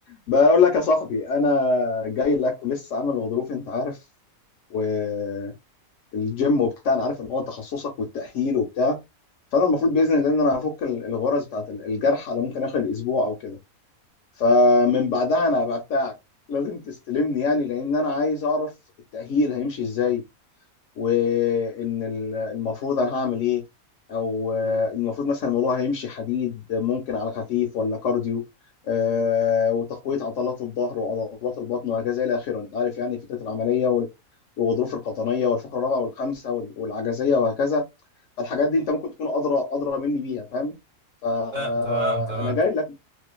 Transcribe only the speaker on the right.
لا تمام تمام